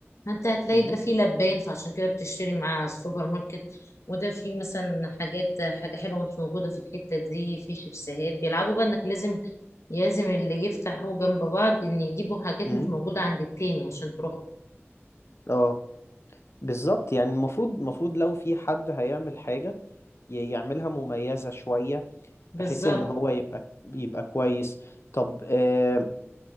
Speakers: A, on the left (about 85°); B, on the left (about 65°).
A: انت هتلاقي
B: امم
A: ده فيه لبان فعشان كده بتشتري مع السوبر ماركت وده فيه مثلا حاجات حاجه حلوه مش موجوده في الحته دي في شيبسيهات بيلعبوا بقى انك لازم لازم اللي يفتحوا جنب بعض ان يجيبوا حاجات
B: امم
A: مش موجوده عند التاني عشان تروح
B: اه بالظبط يعني المفروض المفروض لو في حد هيعمل حاجة ي- يعملها مميزة شوية
A: بالظبط
B: بحيث ان هو يبقى يبقى كويس طب آه